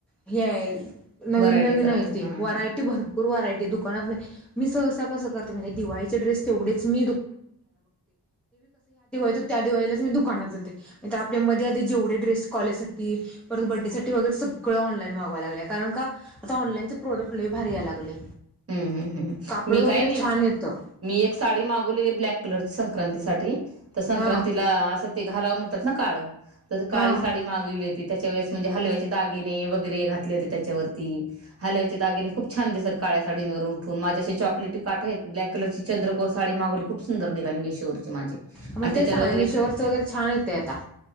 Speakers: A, in the centre; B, on the right.
A: हे नवीन
B: व्हरायटीच
A: नवीन
B: राहतात
A: आहे ते
B: हा
A: व्हरायटी भरपूर व्हरायटी दुकानात नाही मी सहसा दिवाळी ड्रवी दु लाच मी दुकानात जाते आपल्यामध्ये आध जेवढे ड्रेस कॉलेज सासाठी परत बर््डेसाठीठी वगैरे सग स ऑनलाईन मागवा लाग कारण का आता ऑनलाईनचे प्रोडक्ट भारी याला लागले
B: ह्
A: कापड
B: मी
A: वगैरे
B: काये
A: छान येतं
B: मी एक साडी मागवलेली ब्लॅक कलरची संक्रांती साठी तर संक्रांतीला
A: हा
B: असं ते घालावं म्हणतात ना काळं त काळी
A: हा
B: साडी मागवली होती त्याच्या वळेस म्हणजे हलव्याची दागिने वगैरे घातले होते त्याच्यावरती हलवचे दागिने खूप छान दिसत काळ्या साडींवरून उठून माझ्याशी चॉकलेटी काठ आहेत ब्लॅक कलरची चंद्रकोर साडी मागवली खूप सुंदर निघाली मी शरची माझी
A: मग
B: आणि त्याच्यावर
A: ते सांगाल
B: वगैरे
A: मिशोवरच वगैरे छान येते आता